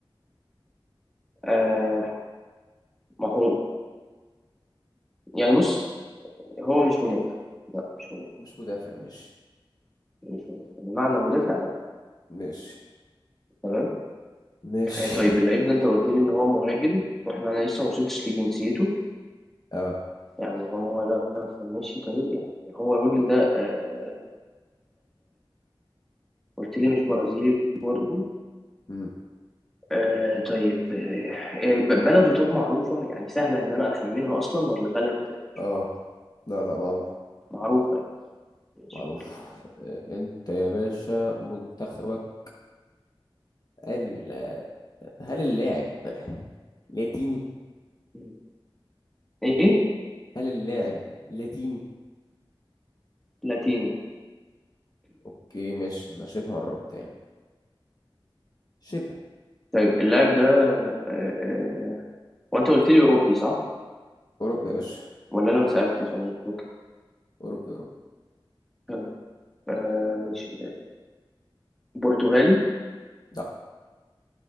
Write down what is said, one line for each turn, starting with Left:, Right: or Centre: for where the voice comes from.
Centre: آه ما هو يعني بص هو مش مدافع لا مش مدافع
Left: مش مدافع ماشي
Centre: مش مدافع بمعنى مدافع لا
Left: ماشي
Centre: تمام
Left: ماشي
Centre: آه طيب اللعيب ده انت قلت لي ان هو مهاجم واحنا انا لسه ما وصلتش لجنسيته
Left: اه
Centre: يعني هو لا ماشي طيب يعني هو الراجل ده آه قلت لي مش برازيلي برضه
Left: مم.
Centre: آه طيب آه آه، بلده طب معروفة يعني سهلة ان انا اخمنها اصلا ولا بلد مش
Left: اه
Centre: معروفة
Left: لا لا معروف
Centre: معروفة يعني ماشي
Left: معروف
Centre: اوكي
Left: آه، انت يا باشا منتخبك ال... هل اللاعب لاتيني
Centre: مم. ايه
Left: هل اللاعب لاتيني
Centre: لاتيني
Left: اوكي ماشي انا شبه قربت يعني شبه
Centre: طيب اللاعب ده آه، آه، هو انت قلت لي اوروبي صح
Left: اوروبي يا باشا
Centre: ولا انا ما سألتش انا مش فاكر
Left: اوروبي اوروبي
Centre: طيب، آه، مش برتغالي
Left: لا